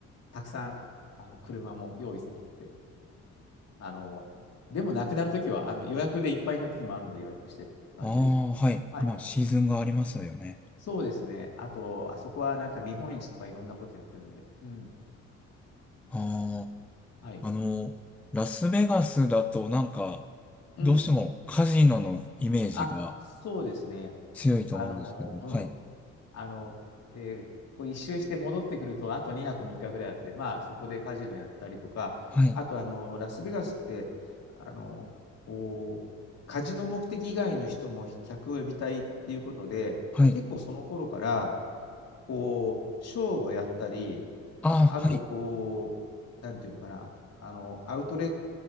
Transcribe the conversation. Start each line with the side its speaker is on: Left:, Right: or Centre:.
Left: たくさん、あの、車も用意されてて、あの、でもなくなるときは、あの予約でいっぱいのときもあるので予約してって感じですね。
Centre: ああ、はい。
Left: はい。
Centre: まあ、シーズンがありますよね。
Left: そうですね。あと、あそこはなんか見本市とかいろんなことやってるんで。うん。
Centre: あ
Left: はい。
Centre: あ、あの、ラスベガスだとなんか、
Left: うん。
Centre: どうしてもカジノのイメージが
Left: あ、そうですね。
Centre: 強いと思うんですけど、
Left: あの、うん。
Centre: はい、
Left: あの、で、こう一周して戻ってくると、あと2泊3日ぐらいあって、まあ、そこでカジノやったりとか、
Centre: はい、
Left: あと、あの、ラスベガスって、あの、こう、カジノ目的以外の人も客を呼びたいっていうことで、
Centre: はい、
Left: 結構その頃から、こう、ショーをやったり、
Centre: ああ、
Left: あと、
Centre: はい、
Left: こう、なんていうのかな、あの、アウトレッ